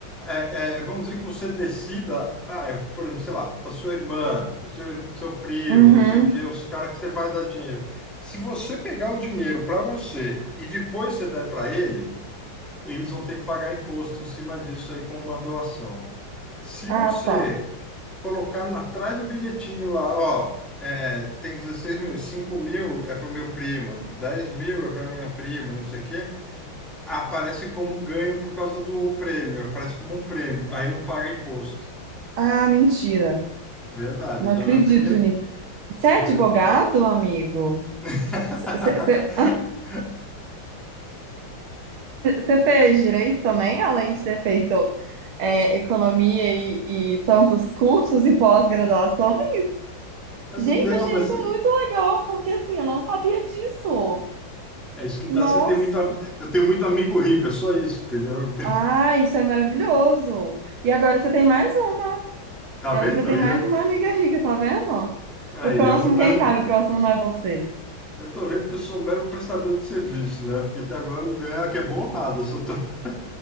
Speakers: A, in the centre; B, on the right (about 85°).
A: é, é, vamos dizer que você decida, ah, eu, por exemplo, sei lá, pra sua irmã, pro seu, pro seu primo,
B: Uhum.
A: não sei o quê, os caras que você vai dar dinheiro. Se você pegar o dinheiro para você e depois você der para ele eles vão ter que pagar imposto em cima disso aí com uma doação. Se
B: Ah,
A: você
B: tá.
A: colocar na- atrás do bilhetinho lá, ó, é, tem 16 mil, 5 mil é para o meu primo, 10 mil é para minha prima, não sei o quê, aparece como ganho por causa do prêmio, aparece como um prêmio, aí não paga imposto.
B: Ah, mentira.
A: Verdade,
B: Não
A: então
B: acredito
A: já primeiro, você
B: Você é advogado,
A: vê?
B: amigo?
A: <laughs>
B: Você fez, cê fez direito também, além de ter feito é, economia e, e tantos cursos e pós-graduações?
A: Não,
B: Gente,
A: não,
B: eu achei
A: mas
B: isso muito legal, porque assim, eu não sabia disso.
A: é isso que dá
B: Nossa!
A: você ter muito. am- Eu tenho muito amigo rico, é só isso, entendeu? <laughs> Eu
B: Ah, isso é maravilhoso! E agora você tem mais uma.
A: Tá
B: Agora
A: vendo?
B: você tem
A: E
B: mais
A: Eu
B: uma amiga rica, tá vendo?
A: Aí,
B: O próximo,
A: eu não, eu não-
B: quem sabe, o próximo não é você.
A: eu tô vendo que eu sou um mero prestador de serviço, né? Porque até agora eu não ganhava que é bom nada. eu Só tô... <laughs>